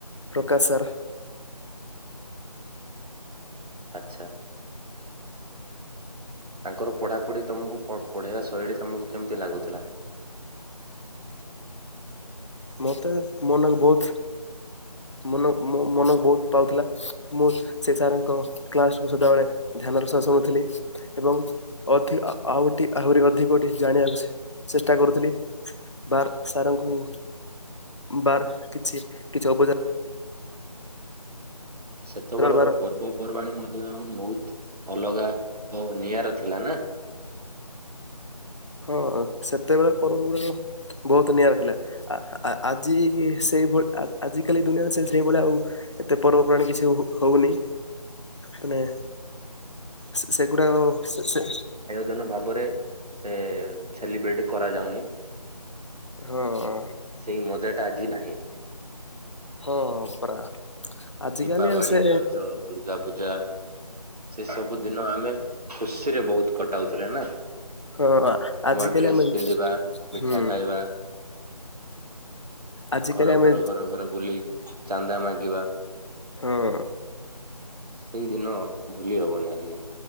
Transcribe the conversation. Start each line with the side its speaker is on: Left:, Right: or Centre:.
Left: ପ୍ରକାଶ ସାର୍।
Right: ଆଚ୍ଛା। ତାଙ୍କର ପଢ଼ାପଢ଼ି ତମକୁ ପ ପଢ଼େଇବା ଶୈଳୀ ତମକୁ କେମିତି ଲାଗୁଥିଲା?
Left: ମତେ ମନାକୁ ବହୁତ ମନ ମୋ ମନ କୁ ବହୁତ ପାଉଥିଲା ମୁଁ ସେ ସାରଙ୍କ କ୍ଲାସକୁୁ ସଦାବେଳେ ଧ୍ୟାନର ସହ ଶୁଣୁଥିଲି ଏବଂ ଅଧି ଆ ଆଉଟି ଆହୁରି ଅଧିକ ଗୋଟି ଜାଣିବାକୁ ଚେଷ୍ଟା କରୁଥିଲି ବାର ସାରଙ୍କୁ ବାର କିଛି କିଛି ଅବୁଝା
Right: ସେତବଳର
Left: ବାର
Right: ପର୍ବପର୍ବାଣି ମଧ୍ୟ ବହୁତ ଅଲଗା ଓ ନିଆର ଥିଲା ନା।
Left: ହଁ ସେତେବେଳ ପର୍ବପର୍ବାଣୀ ବହୁତ ନିଆରା ଥିଲା। ଆ-ଆ-ଆଜିବି ସେଇଭଳି ଆ-ଆଜିିକାଲି ଏ ଦୁନିଆରେ ସେ ସେଇଭଳିଆ ଆଉ ଏତେ ପର୍ବପର୍ବାଣୀ କିଛି ହ-ହଉନି ମାନେ ସେ-ସେଗୁଡ଼ାକ ସେ-ସେ
Right: ଜନ ଭାବରେ ସେ ସେଲିବ୍ରେଟ କରାଯାଉନି।
Left: ହଁ।
Right: ସେଇ ମଜାଟା ଆଜି ନାହିଁ।
Left: ହଁ ପରା ଆଜିକାଲି
Right: ଦୀପାବଳି,
Left: ଆଉ ସେ
Right: ରଜ, ଦୁର୍ଗା ପୂଜା। ସେ ସବୁ ଦିନ ଆମେ ଖୁସିରେ ବହୁତ କଟାଉଥିଲେ ନା।
Left: ହଁ ଆଜିକାଲି
Right: ନୂଆ ଡ୍ରେସ୍
Left: ଆମେ
Right: ପିନ୍ଧିବା ମିଠା
Left: ହୁଁ
Right: ଖାଇବା।
Left: ଆଜିକାଲି
Right: ଘର-ଘର-ଘର-ଘର
Left: ଆମେ
Right: ବୁଲି ଚାନ୍ଦା ମାଗିବା।
Left: ହୁଁ।
Right: ସେଇ ଦିନ ଭୁଲି ହବନି ଆଜିଯାଏ।